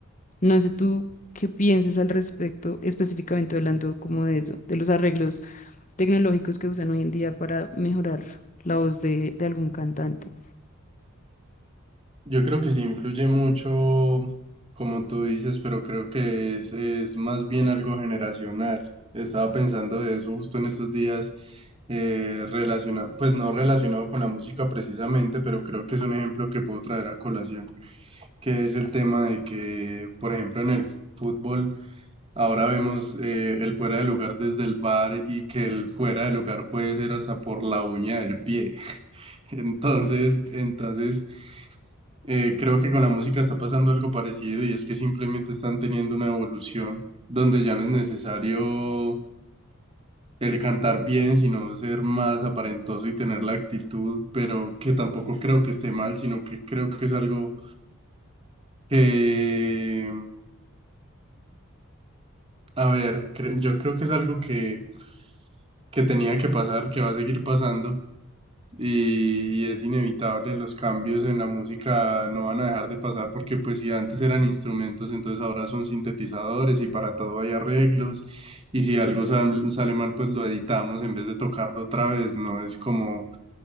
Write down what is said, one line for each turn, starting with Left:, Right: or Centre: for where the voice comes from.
Left: No sé tú qué pienses al respecto, específicamente hablando como de eso, de los arreglos tecnológicos que usan hoy en día para mejorar la voz de, de algún cantante.
Right: Yo creo que sí influye mucho, como tú dices, pero creo que es, es más bien algo generacional. Estaba pensando de eso justo en estos días, eh, relacionado, pues no relacionado con la música precisamente, pero creo que es un ejemplo que puedo traer a colación. que es el tema de que, por ejemplo, en el fútbol ahora vemos eh, el fuera de lugar desde el VAR y que el fuera de lugar puede ser hasta por la uña del pie. <laughs> Entonces, entonces eh, creo que con la música está pasando algo parecido y es que simplemente están teniendo una evolución donde ya no es necesario el cantar bien, sino ser más aparentoso y tener la actitud, pero que tampoco creo que esté mal, sino que creo que es algo que A ver, cre- yo creo que es algo que, que tenía que pasar, que va a seguir pasando y, y es inevitable. Los cambios en la música no van a dejar de pasar porque pues si antes eran instrumentos, entonces ahora son sintetizadores y para todo hay arreglos y si algo sal- sale mal, pues lo editamos en vez de tocarlo otra vez. No es como,